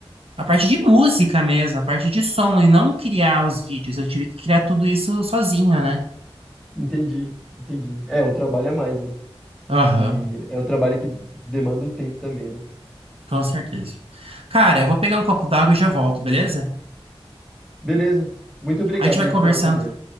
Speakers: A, on the right (about 70°); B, in the centre.
A: a parte de música mesmo, a parte de som, e não criar os vídeos. Eu tive que criar tudo isso sozinho, né?
B: Entendi, entendi. É, um trabalho a mais, né?
A: Aham,
B: E é um trabalho que demanda um tempo também, né?
A: com certeza. Cara, eu vou pegar um copo d'água e já volto, beleza?
B: Beleza. Muito obrigado
A: A gente vai
B: aí
A: conversando.
B: pela conversa.